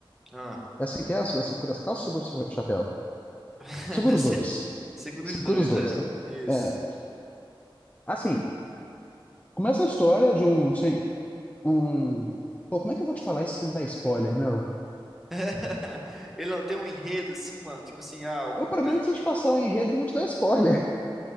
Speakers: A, in the centre; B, on the left.
A: Ah,
B: É assim que é? É segura as calças ou segura o chapéu?
A: <laughs>
B: Segura os
A: se-
B: dois.
A: segura
B: Segura
A: os dois,
B: os dois,
A: é.
B: tá?
A: Isso.
B: É. Assim, começa a história de um, assim, um... Pô, como é que eu vou te falar isso sem dar spoiler, meu?
A: <laughs> Ele não tem um enredo assim, mano. Tipo assim, ah, alguma
B: O problema
A: coisa
B: é que
A: que.
B: se eu te passar o enredo, eu vou te dar spoiler. <laughs>